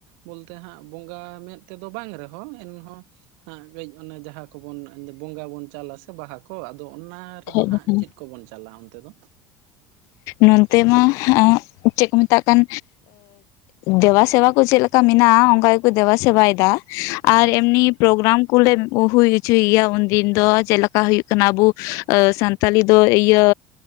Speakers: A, on the right; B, on the left.
A: ᱵᱚᱞᱛᱮ ᱦᱟᱸᱜ ᱵᱚᱸᱜᱟ ᱢᱮᱸᱫ ᱛᱮᱫᱚ ᱵᱟᱝ ᱨᱮᱦᱚᱸ ᱮᱱᱦᱚᱸ ᱦᱟᱸᱜ ᱠᱟᱹᱡ ᱚᱱᱮ ᱡᱟᱦᱟᱸ ᱠᱚᱵᱚᱱ ᱵᱚᱸᱜᱟ ᱵᱚᱱ ᱪᱟᱞᱟᱥᱮ ᱵᱟᱦᱟ ᱠᱚ ᱟᱫᱚ ᱚᱱᱟᱨ ᱨᱮᱫᱚ
B: ᱠᱷᱟᱡ
A: ᱦᱟᱸᱜ
B: ᱫᱚ
A: ᱪᱮᱫ ᱠᱚᱵᱚᱱ ᱪᱟᱞᱟ ᱚᱱᱛᱮ ᱫᱚ?
B: ᱱᱚᱱᱛᱮ ᱢᱟ ᱟᱸᱼᱼ ᱪᱮᱜ ᱠᱚ ᱢᱮᱛᱟᱜ ᱠᱟᱱ, ᱫᱮᱵᱟ ᱥᱮᱵᱟ ᱠᱚ ᱪᱮᱫ ᱞᱮᱠᱟ ᱢᱮᱱᱟᱜᱼᱟ, ᱚᱱᱠᱟ ᱜᱮᱠᱚ ᱫᱮᱵᱟ ᱥᱮᱵᱟᱭᱮᱫᱟ ᱾
A: ᱦᱳᱭ
B: ᱟᱨ ᱮᱢᱱᱤᱼᱼ ᱯᱨᱳᱜᱽᱨᱟᱢ ᱠᱚᱞᱮ ᱦᱩᱭ ᱚᱪᱚᱭ ᱜᱮᱭᱟ ᱾ ᱩᱱᱫᱤᱱ ᱫᱚ ᱡᱮᱞᱮᱠᱟ ᱦᱩᱭᱩᱜ ᱠᱟᱱᱟ ᱟᱵᱚᱼᱼ ᱛᱟᱞᱤ ᱫᱚ ᱤᱭᱟᱹ